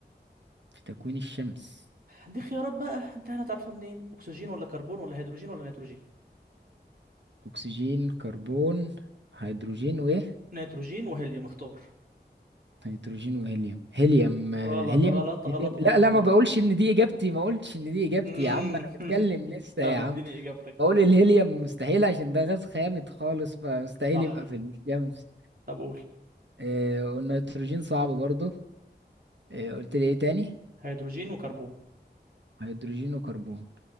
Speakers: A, on the right (about 85°); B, on the right (about 55°).
A: في تكوين الشمس
B: دي خيارات بقى انت هتعرفها منين اكسجين ولا كربون ولا هيدروجين ولا نيتروجين
A: اكسجين كربون هيدروجين وايه
B: نيتروجين وهيليوم اختار
A: هيدروجين وهيليوم هيليوم آه،
B: غلط
A: هيليوم
B: غلط
A: هيليوم
B: غلط
A: لا
B: غلط
A: لا ما
B: غلط
A: بقولش ان دي اجابتي ما اقولش ان دي اجابتي
B: مم.
A: يا عم انا بتكلم
B: <laughs>
A: لسه
B: طب
A: يا عم
B: اديني اجابتك
A: بقول
B: طيب
A: الهيليوم مستحيل عشان ده غاز خامد خالص فمستحيل
B: صح
A: يبقى في الشمس
B: طب قول
A: آه، والنيتروجين صعب برضو آه، قلت لي ايه تاني
B: هيدروجين وكربون
A: هيدروجين وكربون